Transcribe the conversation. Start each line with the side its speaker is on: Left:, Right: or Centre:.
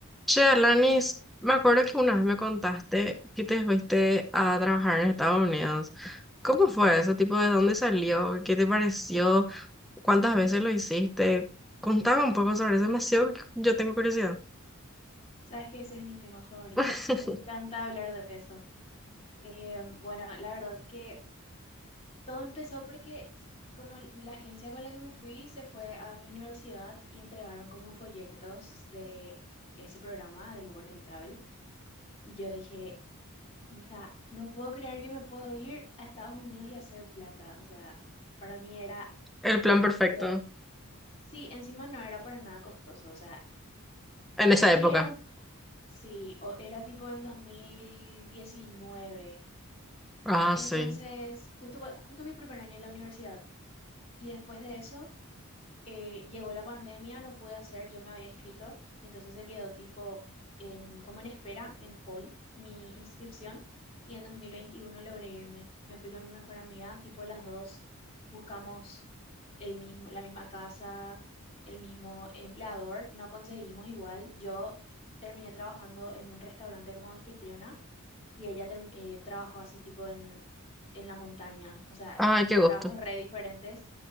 Centre: Che, Alanis, me acuerdo que una vez me contaste que te fuiste a trabajar en Estados Unidos. ¿Cómo fue eso? Tipo, ¿de dónde salió? ¿Qué te pareció? ¿Cuántas veces lo hiciste? Contaba un poco sobre eso, demasiado que yo tengo curiosidad.
Left: Sabes que ese es mi tema favorito.
Centre: <laughs>
Left: Me encanta hablar de eso. Eh, bueno, la verdad que todo empezó porque s- como l- la agencia con la que me fui se fue a mi universidad y entregaron como folletos de ese programa del Work and Travel. Y yo dije, hija, no puedo creer que me puedo ir a Estados Unidos y hacer plata. O sea, para mí era
Centre: El plan perfecto
Left: Dios. Sí, encima no era para nada costoso. O sea,
Centre: en
Left: eh,
Centre: esa
Left: sí
Centre: época.
Left: era un... Sí, o- era tipo en 2019
Centre: Ah,
Left: Entonces,
Centre: sí.
Left: justo, cua- justo mi primer año en la universidad. Y después de eso, eh, llegó la pandemia, no pude hacer, yo me había inscrito. Entonces se quedó tipo en, como en espera, en hold, mi inscripción. Y en 2021 logré irme. Me fui con mi mejor amiga, tipo las dos. Buscamos el mismo, la misma casa, el mismo empleador. No conseguimos igual. Yo terminé trabajando en un restaurante como anfitriona y ella term- eh, trabajó así tipo en, en la montaña, o sea,
Centre: Ay, qué gusto.
Left: trabajos re diferentes,